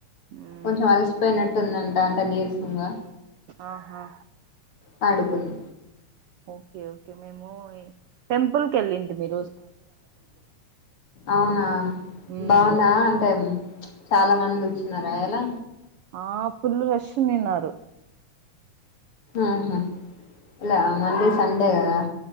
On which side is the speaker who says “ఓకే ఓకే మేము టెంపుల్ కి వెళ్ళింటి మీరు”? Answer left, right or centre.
Right